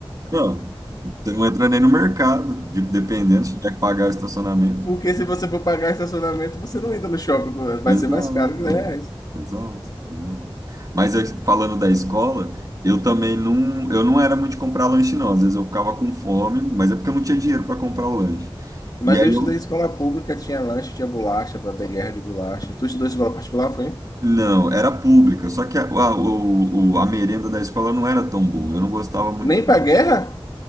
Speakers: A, on the right (about 40°); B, on the left (about 45°).
A: Não, você não entra nem no mercado, de- dependendo, se tiver que pagar o estacionamento.
B: Porque se você for pagar estacionamento, você não entra no shopping. Vai
A: Exato,
B: ser mais caro que dez. reais.
A: é. exato, exato. Mas eu- falando da escola, eu também não, eu não era muito de comprar lanche, não. Às vezes eu ficava com fome, mas é porque eu não tinha dinheiro para comprar o lanche.
B: Mas
A: E aí
B: eu estudei
A: eu,
B: em escola pública, tinha lanche, tinha bolacha, para ter guerra de bolacha. Tu estudou em escola particular, foi?
A: não, era pública, só que a, a, o, o- a merenda da escola não era tão boa, eu não gostava muito.
B: Nem pra
A: não.
B: guerra?